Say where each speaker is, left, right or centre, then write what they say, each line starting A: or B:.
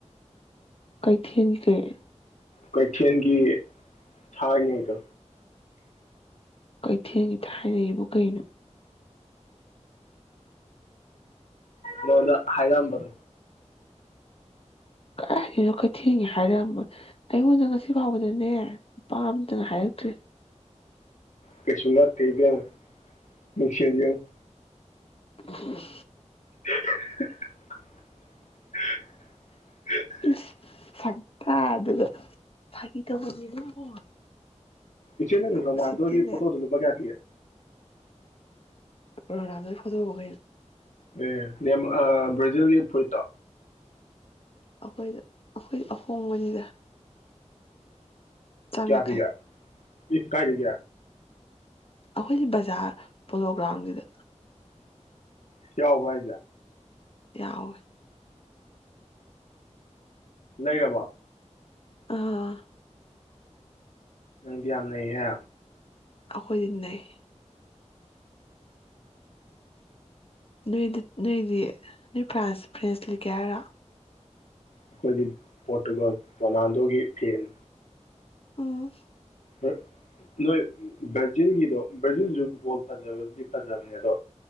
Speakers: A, on the left; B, on the left.
A: ꯀꯩꯊꯦꯟꯒꯤ ꯀꯔꯤ
B: ꯀꯩꯊꯦꯟꯒꯤ ꯊꯥꯏꯅꯩꯗꯣ
A: ꯀꯩꯊꯦꯟꯒꯤ ꯊꯥꯏꯅꯒꯤꯕꯨ ꯀꯩꯅꯣ
B: ꯅꯉꯣꯟꯗ ꯍꯥꯏꯔꯛꯑꯝꯕꯗꯣ
A: ꯀꯥꯏꯗꯩꯅꯣ ꯀꯩꯊꯦꯟꯒꯤ ꯍꯥꯏꯔꯛꯑꯝꯕ ꯑꯩꯉꯣꯟꯗ ꯉꯁꯤ ꯐꯥꯎꯕꯗꯅꯦ ꯅꯨꯄꯥ ꯑꯃꯇꯅ ꯍꯥꯏꯔꯛꯇ꯭ꯔꯤ
B: ꯀꯩꯁꯨ ꯉꯛꯇꯦ ꯏꯕꯦꯝꯃꯥ ꯃꯤꯡꯁꯦꯟ ꯌꯦꯡꯉꯨ
A: ꯑꯥꯍꯨꯝ ꯍꯨꯝ
B: ꯍꯤ ꯍꯤ ꯍꯤ ꯍꯤꯛ ꯍꯤ ꯍꯤ
A: ꯏꯁ ꯁꯛꯇꯥꯗꯨꯒ ꯐꯥꯉꯤ ꯇꯧꯕꯅꯦ ꯏꯕꯨꯡꯉꯣ
B: ꯏꯆꯦ ꯅꯪꯒꯤ ꯔꯣꯅꯥꯜꯗꯣꯒꯤ
A: ꯎꯁꯤꯠꯇꯤꯅꯦ
B: ꯐꯣꯇꯣꯗꯣ ꯂꯨꯄꯥ ꯀꯌꯥ ꯄꯤ ꯒꯦ
A: ꯔꯣꯅꯥꯜꯗꯣꯒꯤ ꯐꯣꯇꯣꯕꯨ ꯀꯩꯅꯣ
B: ꯑꯦ ꯅꯦꯝ ꯑ ꯕ꯭ꯔꯥꯖꯤꯜꯒꯤ ꯐꯨꯔꯤꯠꯇꯣ
A: ꯑꯩꯈꯣꯏꯗ ꯑꯩꯈꯣꯏ ꯑꯍꯣꯡꯕꯅꯤꯗ ꯆꯥꯝ
B: ꯀꯌꯥ
A: ꯌꯥꯡꯈꯩ
B: ꯄꯤꯒꯦ ꯏ ꯀꯥꯏꯗꯒꯤ
A: ꯑꯩꯈꯣꯏꯒꯤ ꯕꯖꯥꯔ ꯄꯣꯂꯣꯒ꯭ꯔꯥꯎꯟꯒꯤꯗ
B: ꯁꯤ ꯌꯥꯎꯕ꯭ꯔꯥ ꯍꯥꯏꯖꯦ
A: ꯌꯥꯎꯋꯦ
B: ꯂꯩꯔꯕꯣ
A: ꯑꯥ ꯍꯥ
B: ꯅꯪꯗꯤ ꯌꯥꯝꯅꯩꯍꯦ
A: ꯑꯈꯣꯏꯗꯤ ꯅꯩ ꯅꯣꯏꯗꯤꯠ ꯅꯣꯏꯗꯤ ꯅꯣꯏ ꯐ꯭ꯔꯥꯟꯁ ꯐ꯭ꯔꯦꯟꯁ ꯂꯩꯀꯦ ꯍꯥꯏꯔꯣ
B: ꯑꯩꯈꯣꯏꯗꯤ ꯄꯣꯔꯇꯨꯒꯜ ꯔꯣꯅꯥꯜꯗꯣꯒꯤ ꯐꯦꯟ
A: ꯎꯝꯎꯝ
B: ꯑ ꯅꯣꯏ ꯕ꯭ꯔꯥꯖꯤꯜꯒꯤꯗꯣ ꯕ꯭ꯔꯥꯖꯤꯜ ꯕꯣꯜ ꯐꯖꯕꯗꯨꯗꯤ ꯐꯖꯕꯅꯦ ꯑꯗꯣ